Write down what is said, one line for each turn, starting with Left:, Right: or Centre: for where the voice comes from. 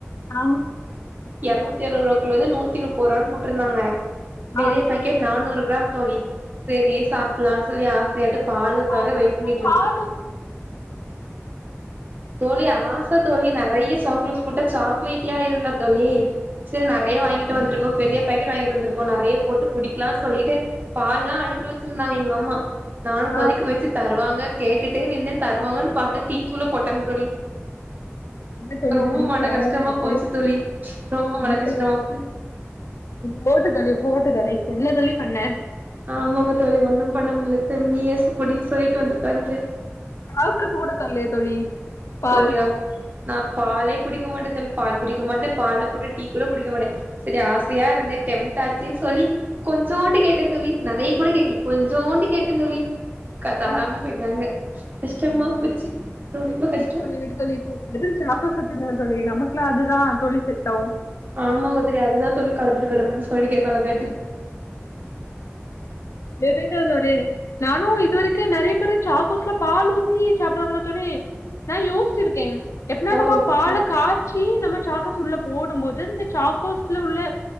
Left: அவு
Right: எரநூத்தி அறுவது ருவாக்குள்ளது நூத்தி முப்பது ரூவான்னு போட்ருந்தாங்க பெரிய
Left: ஆ
Right: பக்கெட் நானூறு கிராம் தோழி பெரியஸ் சாப்பலான் சொல்லி ஆசையாட்டு பாலுக்காக
Left: சாக்கோஸ்ல
Right: வெயிட் பண்ணிட்டு இருக்
Left: பால் ஊத்
Right: தோழி ஆச தோழி நறையா சாக்லோஸ் போட்டா சாக்லேட்டியா ஆயிரும்ல தோழி செரி நறையா வாங்கிட்டு வந்திருக்கோ பெரிய பேக்கெட் வாங்கிட்டு வந்திருக்கோ நறய போட்டு குடிக்கலான் சொல்லிட்டு பால்லா அனுப்புல வச்சிருந்தாங்க எங்க அம்மா நானூ கொதிக்க
Left: ஆ
Right: வச்சு தர்வாங்க கேட்டுட்டே நின்னே தர்வாங்கன்னு பார்த்தே டீ தூள போட்டாங்க தோழி
Left: என்ன தோழி
Right: ரொம்ப
Left: இப்டி
Right: மன
Left: கேவலமாயிட்டு
Right: கஷ்டமா போச்சு தோழி ரொம்ப
Left: என்ன
Right: மன கஷ்டமா
Left: தோழி போட்டு தோழி போட்டு தோழி என்ன தோழி பண்ண
Right: ஆமாங்க தோழி ஒண்ணூ பண்ண முட்ல தோழி நீயே ஏசக்கேடின் சொல்லிட்டு வந்துட் உக்காந்துட்டே
Left: ஆக்க கூட தர்ல்லியா தோழி பால்
Right: தோழி நாப் நா பாலே குடிக்க மாட்டே தோலி பால் குடிக்க மாட்டே பால் போட்டு டீ கூட குடிக்க மாட்டே சரி ஆசையா இருந்தே டெம்டாச்சின் சொல்லி கொஞ்சோண்டு கேட்டே தோழி நறைய கூட கேக்கல கொஞ்சோண்டு கேட்டே தோழி கா தராம
Left: ஆ
Right: போய்ட்டாங்க கஷ்டமா போச்சு ரொம்ப
Left: சரி
Right: கஷ்
Left: விடு தோழி விடு தோழி இப்போ திடீர்ன் சாக்கோபா தின்னுங்க தோழி நமக்கெல்லா அதுதா தோழி செட் ஆகோ
Right: ஆமாங்க தோழி அதுதா தோழி கடபுட கடபடன்னு சொல்லி கேட்காதாங் காட்டி
Left: டோஃபென்ட்டா தோழி நானூ இதுவரைக்கூ நறைய பேரு சாக்கோஸ்ல பால் ஊத்தி சாப்பிடுவங்களா தோழி நா யோசிச்சிருக்கே எப்பட்னா
Right: ஓ
Left: நம்ம பால காய்ச்சி நம்ம சாக்கோஸ் உள்ள போடும்போது இந்த சக்கோஸ்ல உள்ள